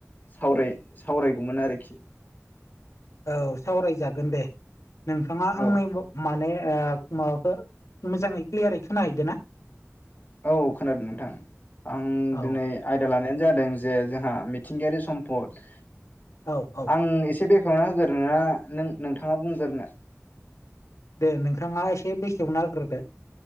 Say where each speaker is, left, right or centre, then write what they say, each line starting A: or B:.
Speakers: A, on the left; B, on the left.
A: सावराय सावरायगौमोन आरोखि।
B: औ सावरायजागोन दे नोंथाङा
A: औ
B: आंनि माने माबाखौ मोजाङै क्लियारै खोनाहैदो ना
A: औ खोनादों नोंथां आं
B: औ
A: दिनै आयदा लानायानो जादों जे जोंहा मिथिंगायारि सम्पद
B: औ औ
A: आं एसे बे बेखउना होग्रोना नों नोंथाङा बुंग्रनो
B: दे नोंथाङा एसे बेखेवना नाग्रोदो।